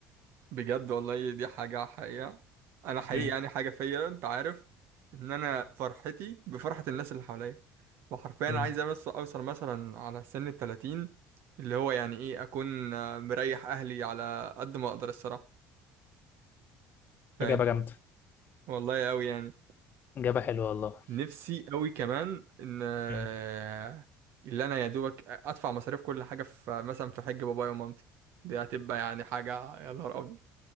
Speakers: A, on the right (about 70°); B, on the left (about 50°).
A: بجد والله دي حاجة حقيقة أنا حقيقي
B: مم.
A: يعني حاجة فيا أنت عارف إن أنا فرحتي بفرحة الناس اللي حواليا وحرفيا
B: مم.
A: أنا عايز بس أوصل مثلا على سن التلاتين اللي هو يعني إيه أكون آه، مريح أهلي على قد ما أقدر الصراحة فاهم
B: إجابة جامدة
A: والله أوي يعني
B: إجابة حلوة والله
A: نفسي أوي كمان إن آه،
B: مم.
A: اللي أنا يا دوبك أدفع مصاريف كل حاجة في مثلا في حج بابايا ومامتي دي هتبقى يعني حاجة يا نهار أبيض